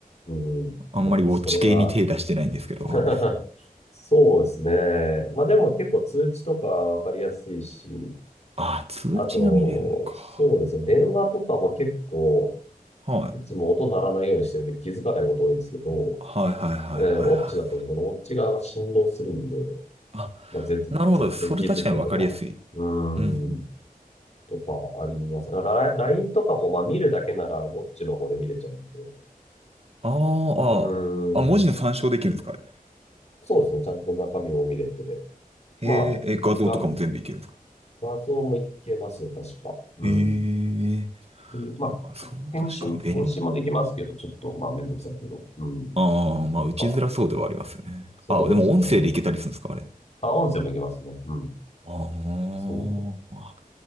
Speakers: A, on the left; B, on the right.
A: うんうん。
B: あんまりウォッチ系に手出してないんですけど、
A: まあ、それは、<laughs> そうですね。まあでも結構通知とかわかりやすいし、
B: ああ、通知が見れるのか。
A: あと、そうですね。電話とかも結構、
B: はい。
A: いつも音鳴らないようにしてるんで気づかないこと多いんですけど、
B: はいはいはいはい
A: えーウォッチだと、
B: はい。
A: このウォッチ側が振動するんで、
B: あ、
A: まあ、絶対絶対気づくとか、
B: なるほど。それ確かにわかりやすい。
A: うー
B: うんうん。
A: ん、とかあります。ラ LINE とかも、まあ見るだけならウォッチの方で見れちゃうんで、
B: あーあー、
A: うーん、
B: あ、文字の参照できるんですかあれ。
A: そうですね。ちゃんと中身を見れて、
B: へーえ、
A: まあ、
B: 画像とかも全部いけるんですか
A: が、画像もいけますよ、確か。うん。
B: へえ、
A: で、まあ、
B: あ、それは確かに便利だ
A: 返信、返信もできますけど、ちょっと、まあ、めんどくさいけど。うん。
B: ああ、まあ、
A: やっぱ、
B: 打ちづらそうではありますよね。
A: そうですね。
B: ああ、でも音声でいけたりするんですか、あれ。
A: あ、音声もいけますね。うん。
B: あ
A: そう。
B: あ、